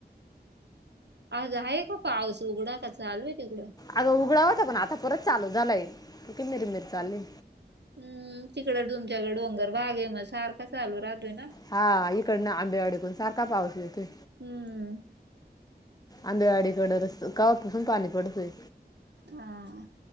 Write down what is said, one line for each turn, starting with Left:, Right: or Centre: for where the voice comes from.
Right: आज आहे का पाऊस उघडा का चालू आहेय तिकडं
Left: अगं उघडावता पण आता परत चालू झालाय त कि मिर मिर चालली
Right: हम् तिकडे तुमच्याकडे डोंगर भाग आहे मग सारखा चालू राहतोय ना
Left: हा इकडन आंबेवाडीकडून सारखा पाऊस येतोय
Right: हम्म
Left: अंंद्यावाडीकड र गवापासून पाणी पडतोय
Right: हा